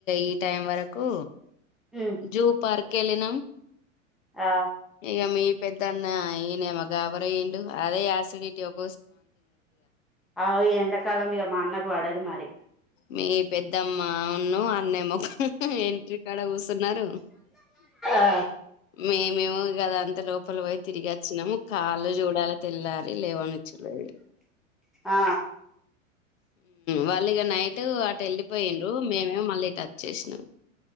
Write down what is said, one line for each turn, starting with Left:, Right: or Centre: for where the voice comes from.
Left: ఈ టైం వరకు
Centre: ఉమ్
Left: జూ పార్క్ వెళ్ళినాం
Centre: ఆ
Left: ఇక మీ పెద్దన్న ఈయి న మగావరేడు అదే ఆసిడటీ ఒక
Centre: అ ఈ ఎండాకాలం ఇక మా అన్నకు పడదు మరి
Left: మీ పెద్దమ్మ ఉన్న అన్నేము ఎంట్రీ కాడ కూచన్నారు
Centre: ఆ
Left: మేమేమ గదా అంత లోపల పోయి తిరిగి వచ్చినాము కాళ్ళు చూడాల తెల్లాలి లేవనుచ్చలేదు
Centre: ఆ
Left: వాళ్ళు ఇక నైట్ అటు వెళ్ళిపోయిండ్రు మేమేం మళ్ళీ టచ్ చేసినాం